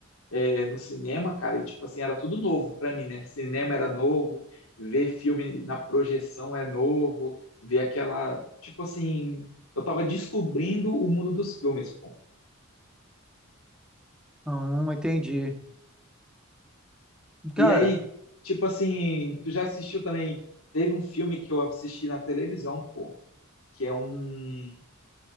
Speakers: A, on the left (about 85°); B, in the centre.
A: é, no cinema, cara. E, tipo assim, era tudo novo pra mim, né? Cinema era novo, ver filme na projeção é novo, ver aquela. Tipo assim, eu tava descobrindo o mundo dos filmes, pô.
B: Hum, entendi.
A: E
B: Cara,
A: aí, tipo assim, tu já assistiu também? Teve um filme que eu assisti na televisão, pô, que é um.